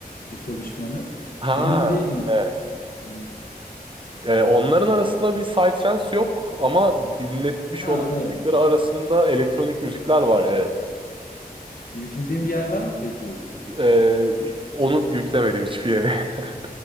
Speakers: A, on the left (about 60°); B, on the right (about 30°).
A: bir çalışmanı.
B: Ha.
A: Emin değilim.
B: evet.
A: Hmm,
B: E, onların arasında bir psytrance yok ama dinletmiş
A: Ha
B: olabilecekleri
A: evet.
B: arasında elektronik müzikler var evet.
A: Yüklediğim bir yer var mı peki?
B: E, onu yüklemedim hiçbir yere. <laughs>